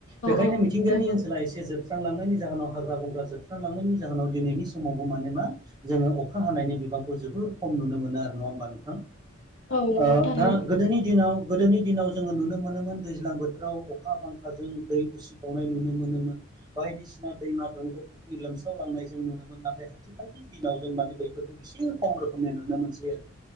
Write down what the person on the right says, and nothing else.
बेखायनो
मिथिंगायारि
ओनसोला एसे जोबस्रांलांनायनि जाहोनाव हाग्रा बंग्रा जोबस्रांलांनायनि जाहोनाव दिनैनि समावबो माने मा जोङो अखा हानायनि बिबांखौ जोबोर खम नुनो मोनो आरो नङा होमबा नोंथां?
ओ
दा गोदोनि दिनाव गोदोनि दिनाव जोङो नुनो मोनोमोन दैज्लां बोथोराव अखा बांखा खाजों दै उसिबावनाय नुनो मोनोमोन बायदिसिना दैमा दंग' फुख्रि लोमसावलांनाय जों नुनो मोनोमोन। नाथाय आथिखालनि दिनाव जों माने बफोरखौ एसे खम रोखोमनि नुनो मोनसै आरो।